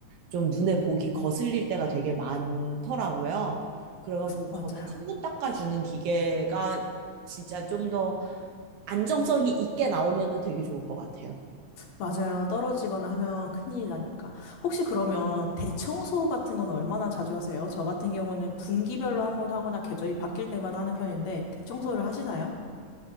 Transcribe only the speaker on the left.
맞아요.
맞아요. 떨어지거나 하면 큰일이 나니까. 혹시 그러면 대청소 같은 건 얼마나 자주 하세요? 저 같은 경우는 분기별로 한 번 하거나 계절이 바뀔 때마다 하는 편인데, 대청소를 하시나요?